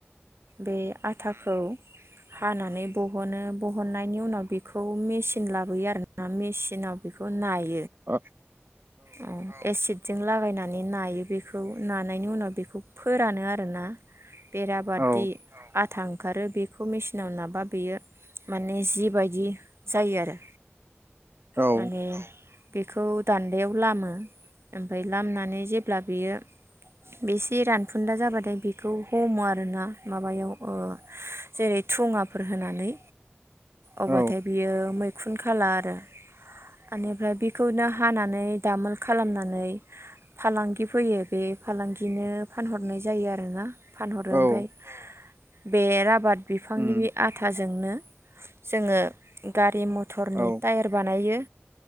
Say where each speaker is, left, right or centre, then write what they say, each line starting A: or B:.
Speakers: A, on the right (about 80°); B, on the right (about 60°).
A: बे आथाखौ हानानै बहनो बहननायनि उनाव बेखौ मेचिन लाबोयो आर ना मेचिनाव बेखौ नाय
B: अ
A: औ एसिद जों लागायनानै नायो बेखौ नानायनि उनाव बेखौ फोरानो आरोना एराबाददि
B: औ
A: आथा ओंखारो बेखौ मेचिनाव नाबा बेयो माने जिबायदि जायो आरो।
B: औ
A: माने बेखौ दान दायाव लामो ओमफ्राय लामनानै जेब्ला बेयो बेसे रानफुन्दा जाबाथाय बेखौ हमो आरोना माबायाव अ जेरै धुङाफोर होनानै अबाथाय
B: औ
A: बियो मै खुनखाला आरो ओनिफ्राय बेखौनो हाना नै दामोल खालामनानै फालांगि फैयो बे फालांगिनो फानहरनाय जायो आरोना। फानहरो
B: औ
A: ओमफाय बे राबाद बिफांनि
B: उम
A: बे आथा जो जोंनो जोङो गारि म थरनि
B: औ
A: टायार बानायो।